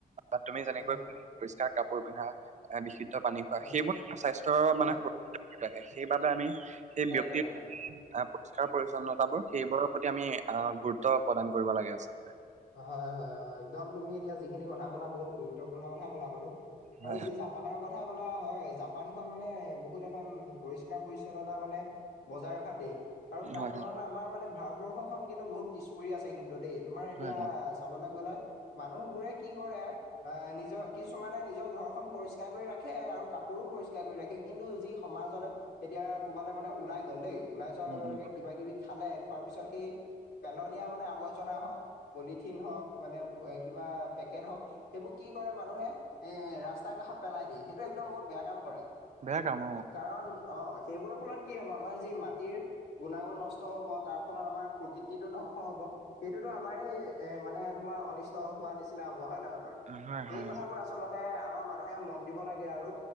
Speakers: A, on the right; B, on the left.
A: তাত তুমি যেনেকৈ
B: উম,
A: পৰিষ্কাৰ কাপোৰ পিন্ধা, এ বিশুদ্ধ পানী <unintelligible>
B: উম,
A: স্বাস্থ্যৰ
B: হয়,
A: মানে <unintelligible> ৰাখে সেইবাবে আমি সেই ব্যক্তি
B: হয়, অ'।
A: আহ পৰিস্কাৰ-পৰিচ্ছন্নতাবোৰ সেইবোৰৰ প্ৰতি আমি আহ গুৰুত্ব প্ৰদান কৰিব লাগে আচলতে।
B: হয়, হয়, হয়, একদম তুমি এতিয়া যিখিনি কথা কলা বহুত গুৰুত্বপূৰ্ণ কথা কলা বাৰু,
A: হয়
B: আৰু যি জাপানৰ কথা কলা হয়, জাপান খন মানে বহুত এখন পৰিষ্কাৰ-পৰিচ্ছন্নতা মানে বজাই ৰখা দেশ। আৰু তাৰ
A: হয়
B: তুলনাত
A: হয় হয়
B: আমাৰ মানে ভাৰতবৰ্ষ খন কিন্তু বহুত পিছ পৰি আছে কিন্তু দেই, তোমাৰ এতিয়া
A: হয় হয়
B: চাবলৈ গ'লে মানুহ বোৰে কি কৰে অ', নিজৰ কিছুমানে নিজৰ ঘৰখন পৰিষ্কাৰ কৰি ৰাখে আৰু কাপোৰো পৰিষ্কাৰ কৰি ৰাখে। কিন্তু, যি সমাজলে এতিয়া ক'বালে মানে ওলাই গ'ল দেই ওলাই যোৱা
A: উম
B: লগে-লগে
A: উম
B: কিবা কিবি খালে, খোৱাৰ পিছত সেই পেলনীয়া মানে আৱৰ্জনা হওক পলিথিন হওক মানে কিবা পেকেট হওক সেইবোৰ কি কৰে মানুহে এ ৰাস্তাৰ কাষত পেলাই দিয়ে, সেইটো একদম বহুত বেয়া কাম কৰে।
A: বেয়া কাম
B: কাৰণ অ', সেইবোৰৰ ফলত কি হব, আমাৰ যি মাটিৰ গুণাগুণ নষ্ট হব তাৰফলত আমাৰ প্ৰকৃতিটো ধ্বংস হব, সেইটোতো আমাৰেই এ মানে তোমাৰ অনিষ্ট হোৱা নিচিনা হব, হয় নহয় বাৰু?
A: অ হয় হয়
B: এই কথাবোৰ
A: অ
B: আছ আচলতে আমাৰ মানুহে মন দিব লাগে আৰু